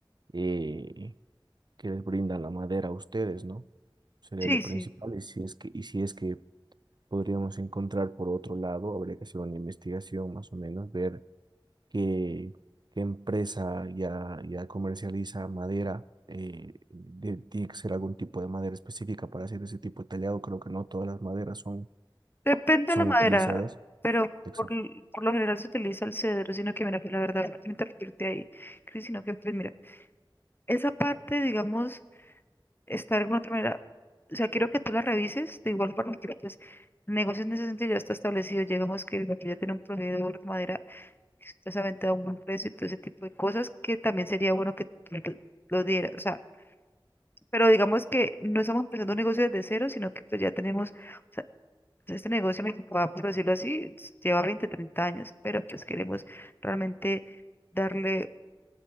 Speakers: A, on the right; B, on the left.
A: eh, que les brindan la madera a ustedes, ¿no? Sería
B: Sí,
A: lo principal
B: sí.
A: y si es que, y si es que podríamos encontrar por otro lado, habría que hacer una investigación más o menos, ver qué, qué empresa ya, ya comercializa madera. eh, de- tiene que ser algún tipo de madera específica para hacer ese tipo de tallado. Creo que no todas las maderas son,
B: Depende
A: son
B: de la madera,
A: utilizadas.
B: pero
A: Exacto.
B: por, l- por lo general se utiliza el cedro, sino que mira, pues la verdad, no quiero interrumpirte ahí, Cris, sino que pues mira, esa parte, digamos, está de alguna otra manera. O sea, quiero que tú la revises, de igual forma que pues, el negocio en ese sentido ya está establecido. Llegamos que el barrio ya tiene un proveedor de madera que supuestamente da un buen precio y todo ese tipo de cosas que también sería bueno que tú lo lo dieras. O sea, pero digamos que no estamos empezando un negocio desde cero, sino que pues ya tenemos, o sea, este negocio, me preocupa, por decirlo así, lleva 20 30 años, pero pues queremos realmente darle